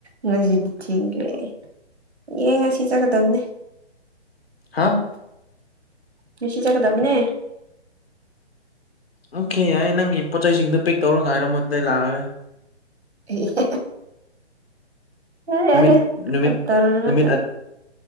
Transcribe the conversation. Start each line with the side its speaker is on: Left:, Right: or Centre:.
Right: ꯉꯁꯤꯗꯤ ꯊꯦꯡꯈꯔꯦꯌꯦ ꯌꯦꯡ ꯉꯁꯤ ꯆꯠꯀꯗꯕꯅꯦ
Left: ꯍꯥ
Right: ꯉꯁꯤ ꯆꯠꯒꯗꯕꯅꯦ
Left: ꯑꯣꯀꯦ ꯌꯥꯏ ꯅꯪꯒꯤ ꯄꯣꯠꯆꯩꯁꯤꯡꯗꯣ ꯄꯦꯛ ꯇꯧꯔ ꯉꯥꯏꯔꯝꯃꯣ ꯑꯗꯨꯗꯤ ꯑꯩ ꯂꯥꯛꯑꯒꯦ
Right: ꯑꯦ ꯍꯦꯍꯦ ꯌꯥꯔꯦ ꯌꯥꯔꯦ
Left: ꯅꯨꯃꯤꯠ ꯅꯨꯃꯤꯠ
Right: ꯀꯥꯗ꯭ꯔ ꯉꯥꯛꯇ
Left: ꯅꯨꯃꯤꯠ